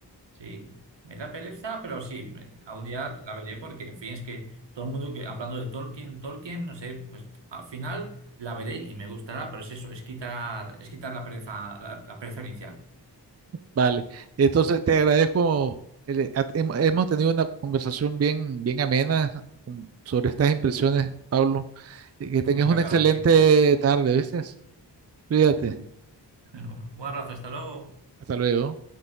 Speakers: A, on the right (about 80°); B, on the right (about 40°).
A: Sí, me da pereza, pero sí, me- algún día la veré porque, en fin, es que todo el mundo que hablando de Tolkien, Tolkien, no sé, pues al final la veré y me gustará, pero es eso, es quitar, es quitar la pereza, la, la pereza inicial.
B: Vale, entonces te agradezco. el- eh, hem- Hemos tenido una conversación bien, bien amena con- sobre estas impresiones, Pablo. Y Que tengas
A: Me encanta
B: una excelente
A: hablar de cine.
B: tarde, ¿viste? Cuídate.
A: <laughs> Un abrazo, hasta luego.
B: Hasta luego.